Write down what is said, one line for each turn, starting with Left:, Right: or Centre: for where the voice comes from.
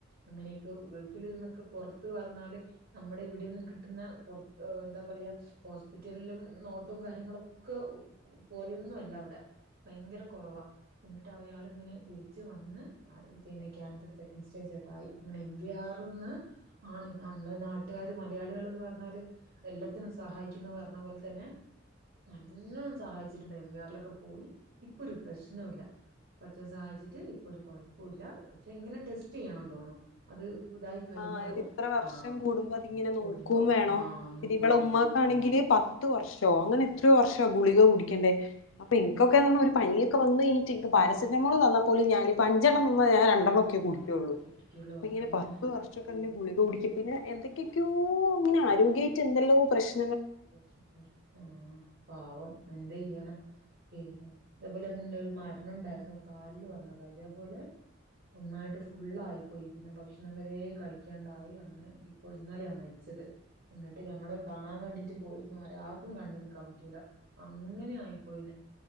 Right: അങനെക്കെ ഗൾഫിലിന്നക്കെ പോർത്ത്, പറഞ്ഞാല് നമ്മട, ഇവിടെ ടെന്നുംകിട്ടുന്ന പോർ എന്താപറയാ ഹോസ്പിറ്റലിലും നോട്ടോ കാര്യങ്ങളോക്ക പോലെയൊന്നും അല്ല അവിടെ ഭയങ്കര കൊറവാ എന്നിട്ട് അയാളിങ്ങനെ തിരിച്ച് വന്ന് ന്നെ കൻസർ സെക്കൻ് സ്റ്റേജട്ടായി. അങ്ങനെ എം വി ആർന്ന് ആണ് നമ്മളെ നാട്ടുകാര് മലയാളികളെന്ന് പറഞ്ഞാല് എല്ലത്തിനും സഹായിക്കുന്ന് പറഞ്ഞ പോലെ തന്നെ നല്ലണം സഹായിച്ചിട്ടുണ്ട്. എം വി ആറിലൊക്കെ പോയി ഇപ്പൊ ഒരു പ്രശ്നോം ഇല്ല. പടച്ചോൻ സഹായിച്ചിട്ട് ഇപ്പൊ ഒരു കുഴപ്പൊല്ല. പക്ഷെ ഇങ്ങനെ ടെസ്റ്റ് ചെയ്യണം തോന്നുന്നു. അത് ഇതായി കഴിഞ്ഞാലും
Left: ആഹ് ഒരിത്ര വർഷം
Right: ആഹ്
Left: കൂടുമ്പോ അതിങ്ങനെ
Right: കൂടുമ്പോ
Left: നോക്കും വേണം
Right: ആഹ് നോക്കും
Left: ഇനി ഇവടെ
Right: വേണം
Left: ഉമ്മാക്കാണെങ്കില് പത്ത് വർഷോ അങ്ങനെ എത്രയോ വർഷ ഗുളിക കുടിക്കേണ്ടേ. അപ്പൊ എനിക്കൊക്കെന്ന്റഞ്ഞാ ഒരു പനിയൊക്കെ വന്ന് കഴിഞ്ഞിട്ട് പ പാരസെറ്റമോള് തന്ന പോലും ഞാന് പഞ്ചെണ്ണംന്ന
Right: ആഹ്
Left: ഞാൻ രണ്ടെണ്ണം ഒക്കെ കുടിക്കൊള്ളു.
Right: കുടിക്കുള്ളൂ
Left: അപ്പ
Right: അതന്നെ
Left: ഇങ്ങനെ പത്ത് വർഷൊക്കെന്നെ ഗുളിക കുടി പിന്നെ എന്തൊക്കെയൊക്കെയോ ഇങ്ങനെ ആരോഗ്യയിട്ട് എന്തെല്ലോ പ്രശ്നം
Right: ണ്ട്, ണ്ട് ആ പാവം. എന്ത്യെയ്യാന പിന്നെ ഇതേപോലെ ഒരു മരണം ഉണ്ടായിരുന്നു. കാലിൽ വന്നത ഇതേപോലെ ഇഹ് ഒന്നായിട്ട് ഫുള്ളായി പോയി. പിന്നെ ഭക്ഷണം വരെ കഴിക്കാണ്ടായി. അങ്ങനെ ഇപ്പൊ ഇന്നലെയാ മരിച്ചത്. എന്നിട്ട് ഞങ്ങള് കാണാൻ വേണ്ടി പോയിരുന്നു. ഒരാക്കും കണ്ട് നിക്കാൻ പറ്റൂല. അങ്ങനെ ആയി പോയിന്.